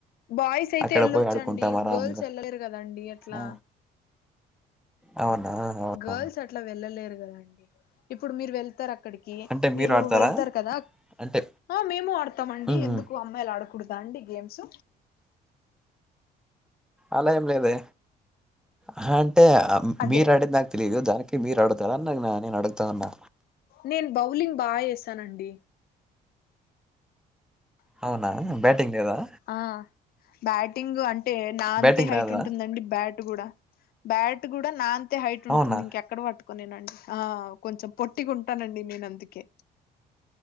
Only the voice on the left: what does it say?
బాయ్స్ అయితే
వెళ్ళొచ్చండి
గర్ల్స్ వెళ్ళలేరు కదండి అట్లా
గర్ల్స్ అట్లా వెళ్ళలేరు కదండి ఇప్పుడు మీరు వెళ్తారు అక్ అక్కడికి
మీరు
వెళ్తారు కదా
ఆ మేము ఆడతామండి
ఎందుకు అమ్ మాయిలా ఆడకూడదా అండి గేమ్స్
అదే
నేను బౌలింగ్ బా చేసానండి
ఆ బ్యాటింగ్ అంటే నా అంతే
హైట్
ఉంటుందండి బ్యాట్ బ్యాట్ కూడా బ్యాట్ కూడ నా అంతే హైట్ ఉంటుంది
ఇంక్క ఎక్కడ పట్టుకునేనండి ఆ కొంచెం పొట్టిగా ఉంటానండి నేను అందుకే